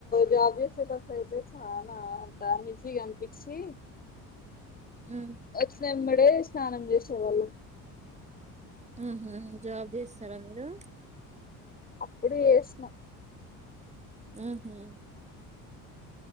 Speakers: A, on the left; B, on the right.
A: జాబ్ జేసేటప్పుడు అయితే చానా అంతా అనిజీగా అనిపించి
B: <inaudible> ఉమ్
A: వచ్చినెంబడే స్నానం జేసే వాళ్ళం
B: ఊహూ జాబ్ జేస్తరా మీరు
A: అప్పుడు జేసిన
B: ఊహూ